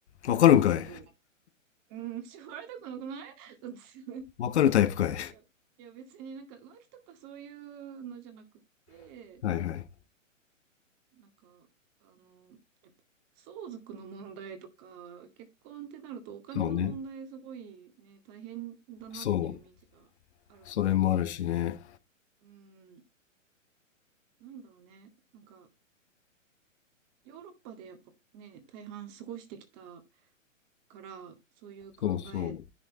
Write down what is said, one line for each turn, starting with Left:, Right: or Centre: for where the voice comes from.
Left: わかるんかい
Right: けど。うん。縛られたくなくない <laughs>
Left: わかるタイプかい
Right: いや、いや別になんか浮気とかそういうのじゃなくって、
Left: <laughs> はいはい。
Right: なんか、あの、やっぱ相続の問題とか、結婚ってなるとお金の問題すごいね、
Left: そうね。
Right: 大変だなっていうイメージがあるから、
Left: そう。それもあるしね。
Right: うん、うん、なんだろうね、なんか、ヨーロッパでやっぱね、大半過ごしてきたから、そういう考え
Left: そうそう。